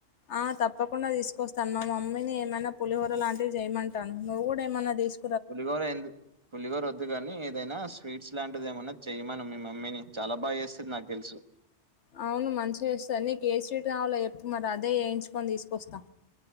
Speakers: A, on the left; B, on the right.
A: ఆ తప్పకుండా తీసుకొస్తాను మా మమ్మీని ఏమైనా పులిహోర లాంటివి చేయమంటాను నువ్వు కూడా ఏమైనా తీసుకు
B: పులిగౌరు ఎందు పులిగౌరు వద్దు వదుగాని ఏదైనా స్వీట్స్ లాంటిది ఏమనా చెయ్యమను మీ మమ్మీని చాలా బాగా చేస్తుంది నాకు తెలుసు
A: అవును మంచిగా చేస్తంది నీకు ఏ స్వీట్ కావాలో ఎప్పు మరి అదే వయించుకొని తీసుకొస్తా